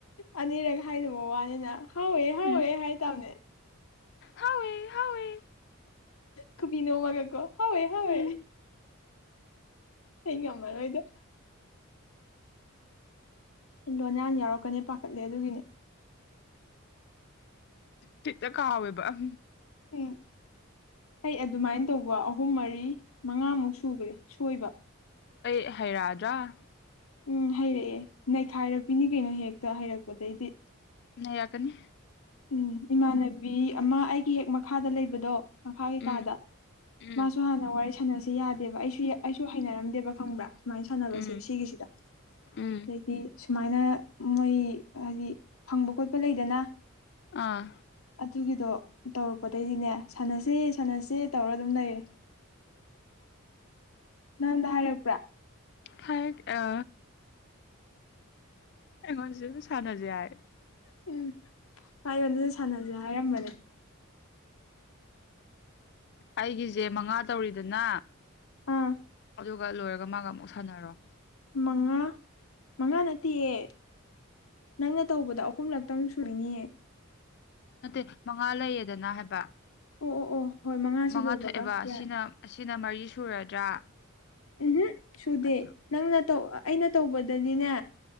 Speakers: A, on the left; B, on the left.
A: ꯑꯅꯤꯔꯛ ꯍꯥꯏꯗꯕ ꯋꯥꯅꯤꯅ ꯍꯥꯎꯋꯦ ꯍꯥꯎꯋꯦ
B: ꯎꯝ
A: ꯍꯥꯏ ꯇꯥꯕꯅꯦ
B: ꯍꯥꯎꯋꯦ ꯍꯥꯎꯋꯦ
A: ꯀꯨꯄꯤ ꯏꯅꯣ ꯃꯥꯒ ꯀꯣ ꯍꯋꯥ ꯍꯋꯣꯏ
B: ꯎꯝ
A: ꯑꯩ ꯉꯝꯃꯔꯣꯏꯗ ꯂꯣꯅꯥꯌꯥꯟ ꯌꯥꯎꯔꯛꯀꯅꯤ ꯄꯥꯈꯠꯂꯦ ꯑꯗꯨꯒꯤꯅꯤ
B: ꯈꯤꯠꯇ ꯀꯥꯎꯋꯦꯕ ꯎ
A: ꯎꯝ ꯑꯩ ꯑꯗꯨꯃꯥꯏꯅ ꯇꯧꯕ ꯑꯍꯨꯝ ꯃꯔꯤ ꯔꯤ ꯃꯉꯥꯃꯨꯛ ꯁꯨꯈ꯭ꯔꯦ ꯁꯣꯏꯕ
B: ꯍꯩ ꯔꯥꯗ꯭ꯔ
A: ꯎꯝ ꯍꯩꯔꯛꯑꯦ ꯅꯩꯈꯥꯏꯔꯛꯄꯤꯅꯤ ꯀꯩꯅꯣ ꯍꯦꯛꯇ ꯍꯩꯔꯛꯄꯗꯒꯤꯩꯗꯤ
B: ꯅ ꯌꯥꯀꯅꯤ
A: ꯎꯝ ꯏꯃꯥꯟꯅꯕꯤ ꯑꯃ ꯑꯩꯒꯤ ꯍꯦꯛ ꯃꯈꯥꯗ ꯂꯩꯕꯗꯣ ꯃꯈꯥ ꯀꯩꯀꯥꯗ
B: ꯎꯝ ꯎꯝ
A: ꯃꯥꯁꯨ ꯍꯥꯟꯅ ꯋꯥꯔꯤ ꯁꯥꯟꯅꯁꯤ ꯌꯥꯗꯦꯕ ꯑꯩꯁꯨ ꯑꯩꯁꯨ ꯍꯩꯅꯔꯝꯗꯦꯕ ꯈꯪꯕ꯭ꯔꯥ ꯁꯨꯃꯥꯏꯅ ꯁꯥꯟꯅꯕꯁꯦ
B: ꯎꯝ
A: ꯁꯤꯒꯤꯁꯤꯗ
B: ꯎꯝ
A: ꯑꯗꯩꯗꯤ ꯁꯨꯃꯥꯏꯅ ꯃꯣꯏ ꯍꯥꯏꯗꯤ ꯐꯪꯕ ꯈꯣꯠꯄ ꯂꯩꯗꯅ
B: ꯑꯥ
A: ꯑꯗꯨꯒꯤꯗꯣ ꯇꯧꯔꯛꯄꯗꯩꯗꯤꯅꯦ ꯁꯥꯟꯅꯁꯦ ꯁꯥꯟꯅꯁꯦ ꯇꯧꯔ ꯑꯗꯨꯝ ꯂꯩꯔꯦ ꯅꯪꯗ ꯍꯥꯏꯔꯛꯄ꯭ꯔꯥ
B: ꯍꯥꯏ ꯑ ꯑꯩꯉꯣꯟꯁꯨ ꯑꯗꯨꯝ ꯁꯥꯟꯅꯁꯦ ꯍꯥꯏ
A: ꯎꯝ ꯃꯥ ꯑꯩꯉꯣꯟꯗꯁꯨ ꯁꯥꯟꯅꯁꯦ ꯍꯥꯏꯔꯝꯕꯅꯦ
B: ꯑꯩꯒꯤꯁꯦ ꯃꯉꯥ ꯇꯧꯔꯤꯗꯅ
A: ꯑꯥ
B: ꯑꯗꯨꯒ ꯂꯣꯏꯔꯒ ꯃꯥꯒ ꯑꯃꯨꯛ ꯁꯥꯟꯅꯔꯣ
A: ꯃꯉꯥ ꯃꯉꯥ ꯅꯠꯇꯦꯌꯦ ꯅꯪꯅ ꯇꯧꯕꯗ ꯑꯍꯨꯝꯂꯛꯇꯪ ꯁꯨꯅꯤꯌꯦ
B: ꯅꯠꯇꯦ ꯃꯉꯥ ꯂꯩꯌꯦꯗꯅ ꯍꯥꯏꯕ
A: ꯑꯣ ꯑꯣ ꯑꯣ ꯍꯣꯏ ꯃꯉꯥꯁꯤ
B: ꯃꯉꯥ
A: ꯂꯣꯏꯕꯒ
B: ꯊꯣꯛꯑꯦꯕ
A: ꯌꯥꯏ
B: ꯁꯤꯅ ꯁꯤꯅ ꯃꯔꯤ ꯁꯨꯔꯗ꯭ꯔꯥ
A: ꯎꯝ ꯁꯨꯗꯦ
B: ꯑꯗꯨ
A: ꯅꯪꯅꯧ ꯑꯩꯅ ꯇꯧꯕꯗꯅꯤꯅꯦ